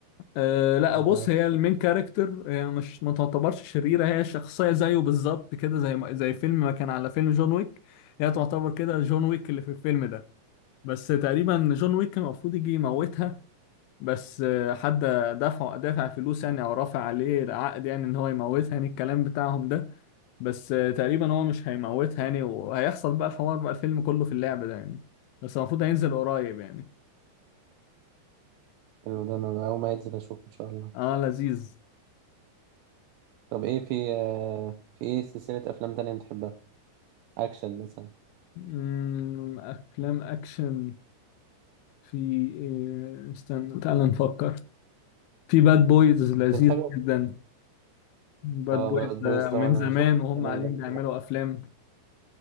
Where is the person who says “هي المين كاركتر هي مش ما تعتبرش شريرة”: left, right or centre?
Left